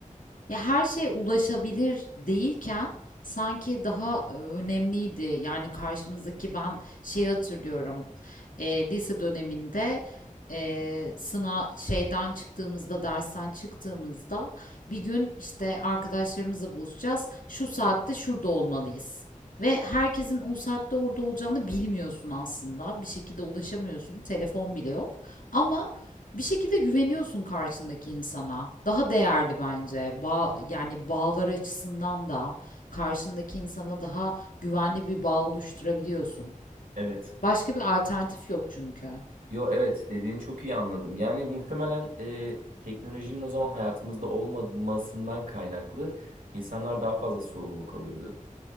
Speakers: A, on the left (about 80°); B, on the right (about 80°).
A: Ya her şey ulaşabilir değilken sanki daha e, önemliydi. Yani karşımızdaki ben şey hatırlıyorum. e, lise döneminde e, sınav şeyden çıktığımızda dersten çıktığımızda bir gün işte arkadaşlarımızla buluşacağız. Şu saatte şurada olmalıyız. Ve herkesin o saatte orada olacağını bilmiyorsun aslında. Bir şekilde ulaşamıyorsun. Telefon bile yok. Ama bir şekilde güveniyorsun karşındaki insana. Daha değerli bence. Bağ, yani bağlar açısından da karşındaki insana daha güvenli bir bağ oluşturabiliyorsun.
B: Evet.
A: Başka bir alternatif yok çünkü.
B: Yo evet dediğini çok iyi anladım. Yani muhtemelen e, teknolojinin o zaman hayatımızda olmamasından kaynaklı insanlar daha fazla sorumluluk alıyordu.